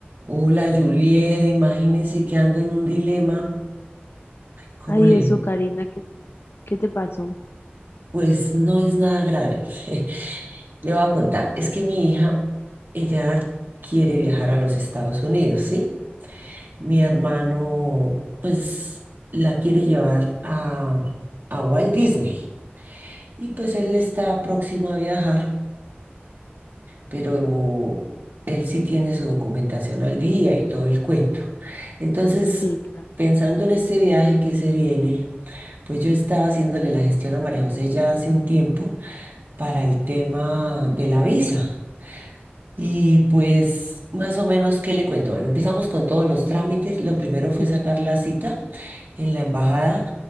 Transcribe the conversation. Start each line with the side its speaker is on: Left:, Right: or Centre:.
Right: Hola Juliet, imagínese que ando en un dilema. ¿Cómo
Left: Ay,
Right: le?
Left: eso, Karina, ¿qué, qué te pasó?
Right: Pues no es nada grave. <laughs> Le voy a contar. Es que mi hija, ella quiere viajar a los Estados Unidos, ¿sí? Mi hermano, pues la quiere llevar a, a Walt Disney. Y pues él está próximo a viajar. pero él sí tiene su documentación al día y todo el cuento. Entonces,
Left: Sí, claro.
Right: pensando en este viaje que se viene, pues yo estaba haciéndole la gestión a María José ya hace un tiempo para el tema de la visa. Y pues, más o menos, ¿qué le cuento? Bueno, empezamos con todos los trámites. Lo primero fue
Left: Sí,
Right: sacar la cita en la embajada